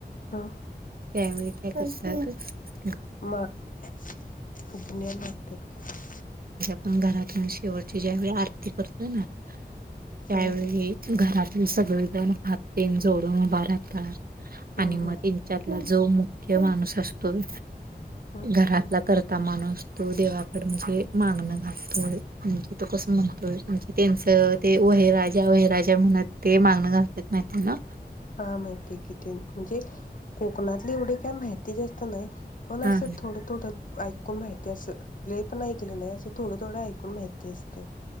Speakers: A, on the left (about 50°); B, on the right (about 60°).
A: हा
B: त्यावेळी काय कशातच
A: मग फुकण्यां मागत्यात काय?
B: घरातल्यांशी शेवटची ज्यावेळी आरती करतो ना. त्यावेळी
A: हा हा
B: घरातील सगळे जण हात तेन जोडून उभा राहतात
A: हम्म
B: आणि मग
A: हम्म
B: तीनच्यातला जो मुख्य माणूस असतोय
A: हा
B: घरातला करता माणूस तो देवाकड म्हणजे मागण घालतोय. म्हणजे तो कस म्हणतोय म्हणजे त्यांच ते वहिराजा व्हय राजा म्हणत ते मागण घालतात माहिती हाय ना
A: हा माहितीय किती म्हणजे कोकणातले एवढ काय माहिती जास्त नाय पण
B: हा
A: अस
B: हा
A: थोड थोड ऐकून माहिती अस लय पण ऐकल नाही अस थोड थोड ऐकून माहिती असतय.